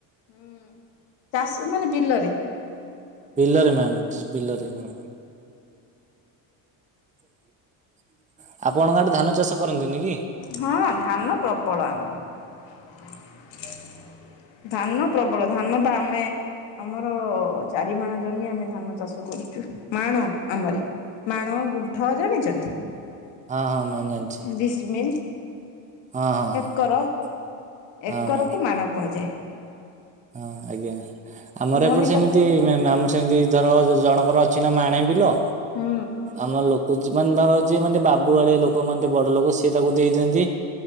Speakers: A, on the left; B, on the right.
A: ହୁଁ, ଚାଷ ମାନେ ବିଲରେ।
B: ବିଲ ରେ ମ୍ୟାମ୍ ବିଲରେ ହଁ। <inaudible> <inaudible> ଆପଣଙ୍କ ଆଡେ ଧାନ ଚାଷ କରନ୍ତିନି କି?
A: ହଁ, ଧାନ ପ୍ରବଳ ଆମର। ଧାନ ପ୍ରବଳ ଧାନ ପା ଆମେ ଆମର ଚାରି ମାଣ ଜମି ଆମେ ଧାନ ଚାଷ କରୁଛୁ। ମାଣ ଆମରେ। ମାଣ, ଗୁଣ୍ଠ ଜାଣିଛନ୍ତି?
B: ହଁ ହଁ, ମ୍ୟାମ୍ ଜାଣିଚି।
A: ଡିସମିଲ୍
B: ହଁ ହଁ ହଁ,
A: ଏକର ଏକରକୁ
B: ହଁ ମ୍ୟାମ୍।
A: ମାଣ କୁହାଯାଏ।
B: ହଁ, ଆଜ୍ଞା। ଆମର
A: ଗଣିତ
B: ଏପଟେ ସେମିତି ମ୍ୟାମ ଆମର ସେମିତି ଧର ଜଣଙ୍କର ଅଛି ନା ମାଣେ ବିଲ,
A: ହୁଁ
B: ଆମ ଲୋକ ମାନେ ଧର ଯିଏ ମାନେ ବାବୁ ଭଳିଆ ଲୋକ ମାନେ ବଡ ଲୋକ ସିଏ ତାକୁ ଦେଇ ଦିଅନ୍ତି।